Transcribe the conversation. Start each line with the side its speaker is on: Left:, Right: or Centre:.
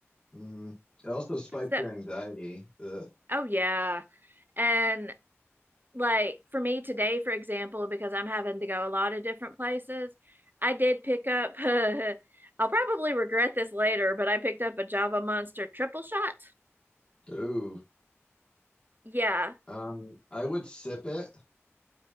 Left: hmm It also spikes
Right: So
Left: your anxiety. Ugh.
Right: Oh yeah. And like for me today, for example, because I'm having to go a lot of different places, I did pick up <laughs> I'll probably regret this later, but I picked up a Java Monster triple shot.
Left: Ooh.
Right: Yeah.
Left: Um, I would sip it,